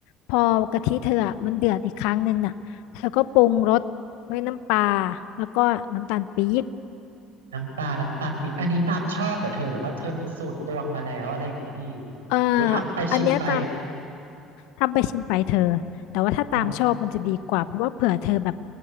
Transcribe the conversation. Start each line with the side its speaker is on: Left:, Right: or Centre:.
Left: พอกะทิเธออะมันเดือดอีกครั้งหนึ่งน่ะเธอก็ปรุงรสด้วยน้ำปลาแล้วก็น้ำตาลปี๊บ
Right: น้ำปลาน้ำตาลปี๊บอันนี้ตามชอบเหรอเธอหรือว่าเธอมีสูตรตวงมาแล้วอะไรอย่างเงี้ยดี
Left: เอ่อ
Right: หรือว่าทำไปชิมไป
Left: อันเนี้ยตามทำไปชิมไปเธอ แต่ว่าถ้าตามชอบมันจะดีกว่าเพราะว่าเผื่อเธอแบบ
Right: อ๋อ